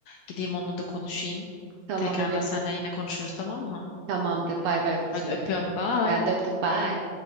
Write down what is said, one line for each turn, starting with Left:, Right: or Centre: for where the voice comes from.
Left: Gideyim onunla da konuşayım.
Right: Tamam
Left: Tekrardan
Right: bebeğim.
Left: seninle yine konuşuruz tamam mı?
Right: Tamamdır. Bay bay kuzum
Left: Hadi öpüyorum
Right: benim.
Left: bye.
Right: Ben de öptüm. Bye.